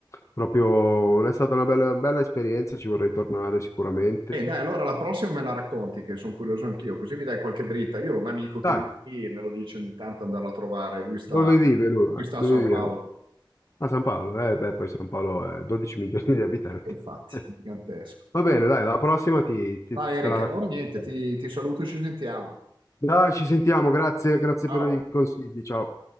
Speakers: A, on the left; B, on the right.
A: proprio è stata una bella, bella esperienza, ci vorrei tornare sicuramente.
B: E dai, allora la prossima me la racconti, che sono curioso anch'io, così mi dai qualche dritta. Io ho un amico che
A: Dai,
B: vive lì e me lo dice ogni tanto andarlo a trovare, lui sta,
A: dove vive lui?
B: lui sta
A: Dove
B: a Sao Paolo.
A: vive? A San Paolo, eh, beh, poi San Paolo è 12 milioni di abitanti.
B: E infatti,
A: <laughs>
B: gigantesco.
A: Va bene, dai, la prossima ti, ti-
B: Dai Erika,
A: te la racconto.
B: allora niente, ti, ti saluto e ci sentiamo.
A: Dai, ci sentiamo, grazie, grazie
B: Ciao.
A: per i consigli, ciao.